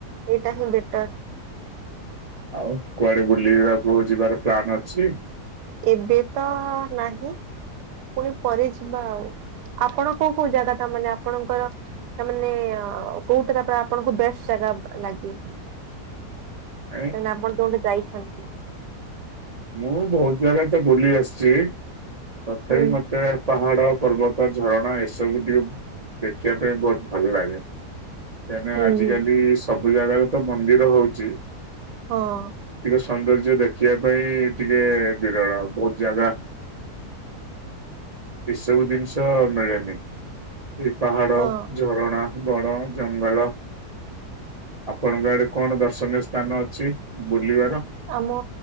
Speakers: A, on the right (about 85°); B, on the right (about 35°).
A: ଏଇଟା ହିଁ ବେଟର୍।
B: ଆଉ କୁଆଡ଼େ ବୁଲିବାକୁ ଯିବାର ପ୍ଲାନ୍ ଅଛି?
A: ଏବେ ତ ନାହିଁ, ପୁଣି ପରେ ଯିବା ଆଉ। ଆପଣ କଉ କଉ ଜାଗା, ତା ମାନେ ଆପଣଙ୍କର ତା'ମାନେ କଉଟା ତା'ପରେ ଆପଣଙ୍କୁ ବେଷ୍ଟ୍ ଜାଗା ଲାଗେ?
B: <unintelligible>
A: କାହିଁକି ଆପଣ ଯୋଉଠି ଯାଇଛନ୍ତି
B: ମୁଁ ବହୁତ୍ ଜାଗା ବୁଲି ଆସ୍‌ଚି, ତଥାପି
A: ହୁଁ
B: ମତେ ପାହାଡ, ପର୍ବତ, ଝରଣା ଏସବୁ ଟିକେ ଦେଖିବା ପାଇଁ, ବହୁତ୍ ଭଲ୍ ଲାଗେ। କା--ନା
A: ହୁଁ
B: ଆଜିକାଲି ସବୁ ଜାଗାରେ ତ ମନ୍ଦିର ହଉଚି,
A: ହଁ
B: ସୌନ୍ଦର୍ଯ୍ୟ ଦେଖିବା ପାଇଁ, ଟିକେ ବିରଳ, ବହୁତ୍ ଜାଗା ଏସବୁ ଦିନ୍‌ଷ ମିଳେନି, ଏଇ ପାହାଡ,
A: ହଁ
B: ଝରଣା ବଡ଼ ଜଙ୍ଗଲ, ଆପଣଙ୍କ ଆଡ଼େ କ'ଣ ଦର୍ଶନୀୟ ସ୍ଥାନ ଅଛି ବୁଲିବାର।
A: ଆମ